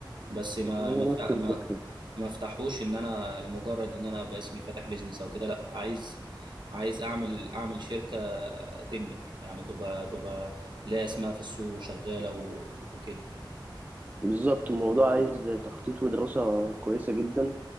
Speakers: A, on the right; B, on the right.
A: بس ما
B: يعني انا
A: ما أفتح-
B: نفس الفكرة
A: ما ما افتحوش ان انا لمجرد ان انا باسمي فاتح بيزنس او كده لا عايز عايز اعمل اعمل شركه تنجح يعني تبقى تبقى ليها اسمها في السوق وشغاله و- وكده
B: بالظبط الموضوع عايز تخطيط ودراسة كويسة جدا